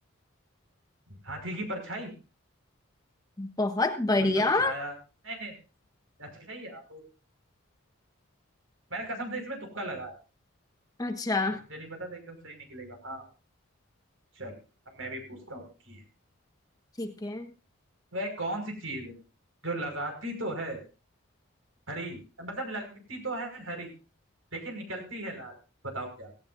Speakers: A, on the right (about 75°); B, on the left (about 20°).
A: हाथी की परछाई
B: बहुत बढ़िया
A: मतलब छाया नहीं नहीं अच्छा सही है वो- मैंने कसम से इसमें तुक्का लगाया
B: अच्छा
A: मुझे नहीं पता था एकदम सही निकलेगा हाँ चलो अब मैं भी पूछता हूँ की है
B: ठीक है
A: वह कौन सी चीज है जो लगाती तो है हरी मतलब लगती तो है हरी लेकिन निकलती है लाल बताओ क्या